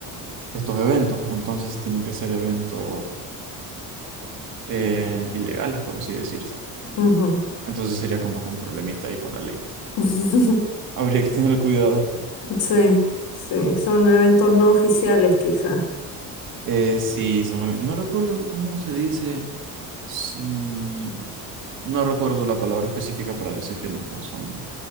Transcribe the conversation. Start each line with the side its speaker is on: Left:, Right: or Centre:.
Right: estos eventos. Entonces, tienen que ser eventos eh, ilegales, por así decirse.
Left: ujú.
Right: Entonces, sería como con problemita ahí con la ley.
Left: <laughs>
Right: Habría que tener cuidado.
Left: Sí, sí. Son eventos no oficiales, quizás.
Right: Eh, sí, son- no recuerdo cómo se dice sí, no recuerdo la palabra específica para decir que no son,